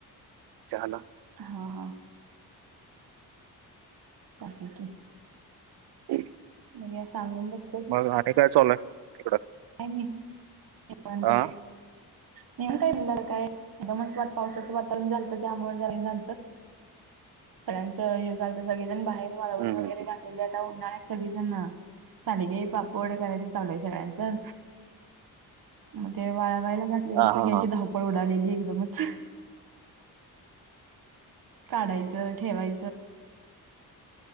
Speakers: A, on the right; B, on the right.
A: चहाला.
B: हा-हा. कप घे की.
A: <inaudible>
B: म्या सांगून बघ.
A: मगं आणि काय? चालूयं तिकडं.
B: काई नाही निवांत
A: हा
B: आहे. एकदमचं मात पावसाचं वातावरण झालतं, त्यामुळे जरा हे झालतं. सगळ्यांचं हे झालतं, सगळेजण बाहेर वाळवण
A: हम्म हम्म
B: वगैरे
A: हम्म.
B: घाल. तिकडे आता उन्हाळ्यातं सगळी जण सांडगे-पापड करायच चालू आहे, सगळ्यांचं. मग ते वाळवायला घातलेली,
A: हा
B: सगळ्यांची
A: हा हा
B: धावपळं उडालेली एकदमचं. काढायचं ठेवायचंय